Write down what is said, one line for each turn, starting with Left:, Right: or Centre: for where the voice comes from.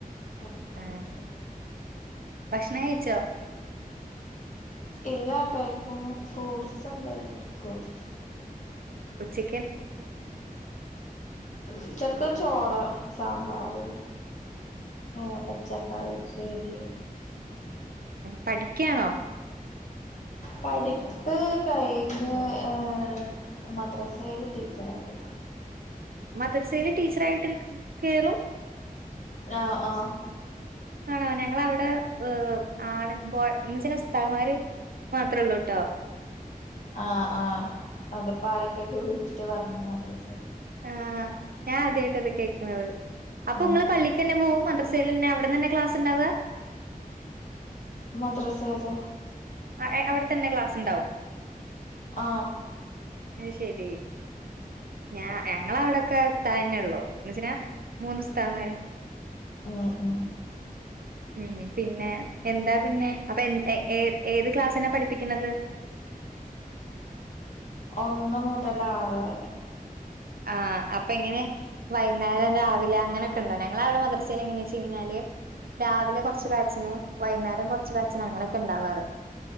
Left: ഹസ്ബന്റിന്റെ
Right: ആ
Left: വീട്ടില്
Right: ഭക്ഷണം കഴിച്ചോ
Left: ഇല്ല കഴിക്കണം ഫ്രൂട്ട്സ് ന്തേ ഫ്രൂട്ട്സ്
Right: ഉച്ച
Left: ഉച്ചക്ക് ചോറ് സാമ്പാറ് ആ പച്ച കായുപ്പേരി
Right: പഠിക്ക്യാണോ
Left: പഠിപ്പ് കഴിഞ്ഞ് ഏ മദ്രസയിൽ ടീ ച്ചറായിട്ട്
Right: ദ്രസയില് ടീച്ചറായിട്ട് കേറും
Left: ആ ആ
Right: ആണോ ഞങ്ങളവിടെ ഏ ആണ് പോ ന്ന്ച്ച ഉസ്താദ്മാര് മാത്രേ ള്ളൂ ട്ടോ
Left: ആ ആ അത്പ്പോ ആരൊക്കൊക്കെ വിളിച്ചിട്ട് പറഞ്ഞു മദ്രസ്
Right: ആ ഞാൻ ആദ്യായിട്ട ഇത് കേക്ക്‌ണത് അപ്പൊ
Left: ആഹ്
Right: ഇങ്ങള് പള്ളിക്ക് ന്നെ പോകും മദ്രസ് സേല് അവിട്ന്നെന്നെ ക്ലാസ് ണ്ടാവ
Left: മദ്രസല്
Right: ആ അവിടെത്തന്നെ ക്ലാസ്സ് ണ്ടാവും
Left: ആ
Right: അത് ശെരി ഞ ഞങ്ങവിടെക്കെ ഉസ്താദ്ന്നെ ള്ളു എന്ന് <unintelligible> മൂന്ന് ഉസ്താദ്മാര്
Left: ആ ആ
Right: ഉം പിന്നെ എന്താ പിന്നെ അപ്പൊ എ ഏ ഏത് ക്ലാസ് ന പഠിപ്പിക്കുന്നത്
Left: ഒന്ന് മുതൽ ആറ് വരെ
Right: ആ അപ്പ എങ്ങനെ വൈകുന്നേരം രാവിലെ അങ്ങനെയൊക്കെ ണ്ടോ ഞങ്ങളവിടെ മദ്രസേൽ എങ്ങനെ വെച്ച് കഴിഞ്ഞാല് രാവിലെ കൊറച്ച് കാ ച്ച്ണ് വൈന്നേരം കൊറച്ച് കാച്ചണ് അങ്ങനെക്കെ ഇണ്ടാവാറ്